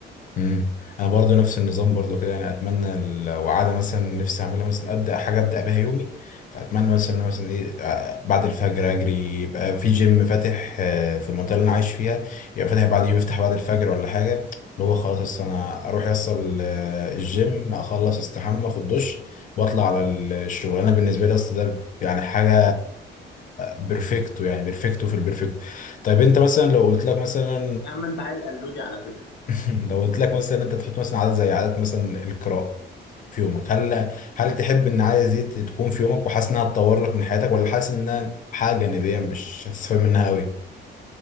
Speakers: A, on the left; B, on the left.
A: امم انا برضو نفس النظام برضو كده يعني اتمنى لو عاده مثلا نفسي اعملها مثلا ابدا حاجه ابدا بيها يومي فاتمنى مثلا إن أنا مثلا ايه آه، بعد الفجر اجري يبقى في جيم فاتح آه، في المنطقه اللي انا عايش فيها يبقى فاتح بعد يوم يفتح بعد الفجر ولا حاجه اللي هو خلاص أصل انا اروح يصل آه، الجيم اخلص استحمى اخد دش واطلع على الشغل انا بالنسبه لي اصل ده يعني حاجه بيرفكتو يعني بيرفكتو في البيرفكتو طيب انت مثلا لو قلت لك مثلا
B: يا عم أنت عيل قلودي على فكرة
A: <laughs> لو قلت لك مثلا انت تحط مثلا عادة زي عادة مثلا القراءة في يومك هل هل تحب ان العادة دي تكون في يومك وحاسس انها تطور لك من حياتك ولا حاسس انها حاجة جانبية مش هتستفاد منها قوي